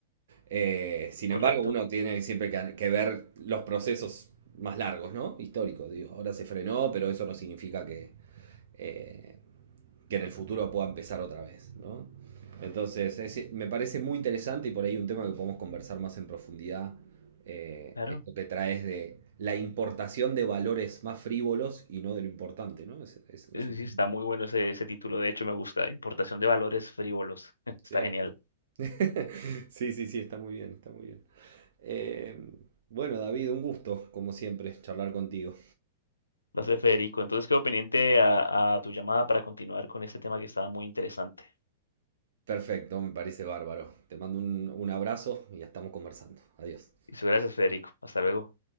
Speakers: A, on the right (about 60°); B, on the left (about 80°).
A: Eh, sin
B: Correcto,
A: embargo, uno tiene siempre que, que ver los procesos más largos, ¿no? Históricos, digo. Ahora se frenó, pero eso no significa que eh, que en el futuro pueda empezar otra vez, ¿no? Entonces, es- me parece muy interesante y por ahí un tema que podemos conversar más en profundidad, eh,
B: claro.
A: esto que traes de la importación de valores más frívolos y no de lo importante, ¿no? Es- es- es
B: Eh,
A: un-
B: Sí, está muy bueno ese, ese título, de hecho me gusta, Importación de Valores Frívolos, <laughs>
A: Sí.
B: está genial.
A: <laughs> Sí, sí, sí, está muy bien, está muy bien. Eh, bueno, David, un gusto, como siempre, charlar contigo.
B: Gracias, Federico. Entonces quedo pendiente a, a tu llamada para continuar con este tema que estaba muy interesante.
A: Perfecto, me parece bárbaro. Te mando un, un abrazo y ya estamos conversando. Adiós.
B: Y gracias, Federico. Hasta luego.